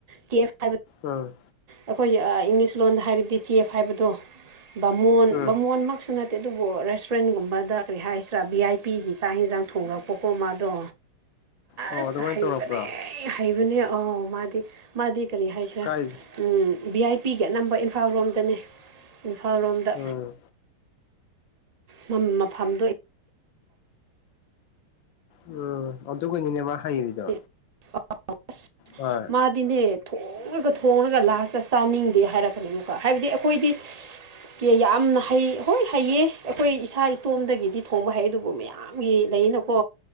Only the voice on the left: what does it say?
ꯎꯝ
ꯎꯝ
ꯑꯣ
ꯑꯗꯨꯃꯥꯏꯅ
ꯇꯧꯔꯛꯄ꯭ꯔꯣ
ꯀꯥꯏ
ꯎꯝ
ꯎꯝ ꯑꯗꯨꯒꯤꯅꯤꯅꯦ ꯃꯥ ꯍꯩꯔꯤꯗꯣ
ꯍꯣꯏ